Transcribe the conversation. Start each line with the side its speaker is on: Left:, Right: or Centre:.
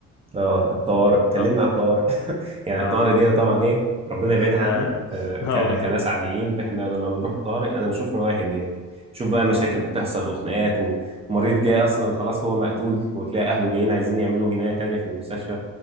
Right: اه الطوارئ كلمنا
Left: اه
Right: على الطوارئ <laughs> يعني
Left: اه
Right: الطوارئ دي طبعا ايه ربنا يبعدها
Left: ده
Right: عنا
Left: <laughs>
Right: آه، ك-
Left: اه بالظبط
Right: كناس عاديين احنا لما بنروح الطوارئ انا بشوف مواهب يعني شوف بقى مشاكل
Left: اه
Right: بتحصل وخناقات ومريض جاي اصلا خلاص هو مقتول وتلاقي اهله جايين عايزين يعملوا جناية تانية في المستشفى